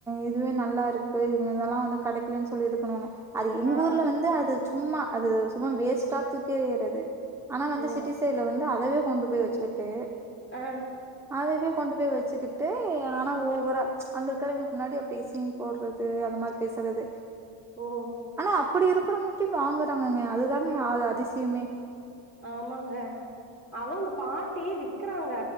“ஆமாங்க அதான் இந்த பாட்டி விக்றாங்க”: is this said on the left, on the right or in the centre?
Left